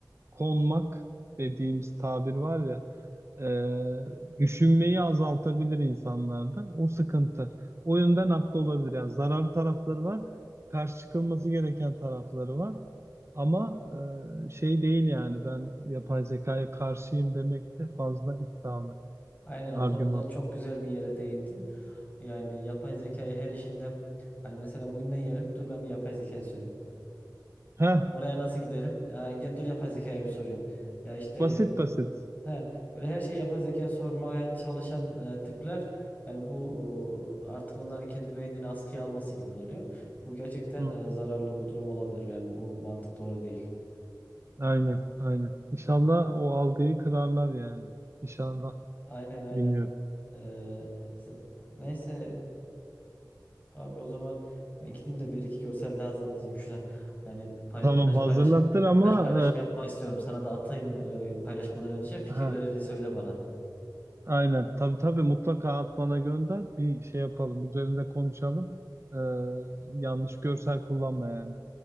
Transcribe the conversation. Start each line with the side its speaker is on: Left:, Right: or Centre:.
Right: konmak dediğimiz tabir var ya. e, düşünmeyi azaltabilir insanlarda. O sıkıntı. O yönden haklı olabilir. Yani zararlı tarafları var. Karşı çıkılması gereken tarafları var. Ama e, şey değil yani ben yapay zekaya karşıyım demek de fazla iddialı
Left: Aynen o
Right: argüman.
Left: konuda çok güzel bir yere değindin. Yani yapay zekayı her işinde hani mesela bugün ne yiyelim? Dur ben bir yapay zekaya sorayım.
Right: Heh,
Left: Oraya nasıl giderim? Ha, ya dur yapay zekaya bir sorayım. Ya işte
Right: basit basit.
Left: he, böyle her şeyi yapay zekaya sormaya çalışan e, tipler yani bu e, artık onların kendi beynini askıya alması gibi oluyor. Bu gerçekten
Right: Hı
Left: e, zararlı bir durum olabilir. Yani bu mantık doğru değil.
Right: Aynen, aynen. İnşallah o algıyı kırarlar yani. İnşallah.
Left: Aynen aynen.
Right: Bilmiyorum.
Left: Ee, s- neyse e, abi o zaman ben gideyim de bir iki görsel daha hazırlattırayım şuna. Yani bir payla
Right: Tamam
Left: birkaç
Right: hazırlattır
Left: paylaşım
Right: ama
Left: birkaç paylaşım yapmak istiyorum. Sana da atayım e, paylaşmadan önce fikirlerini
Right: e, ha,
Left: söyle bana.
Right: aynen. Tabii tabii mutlaka at bana gönder. Bir şey yapalım. Üzerinde konuşalım. E, yanlış görsel kullanma yani.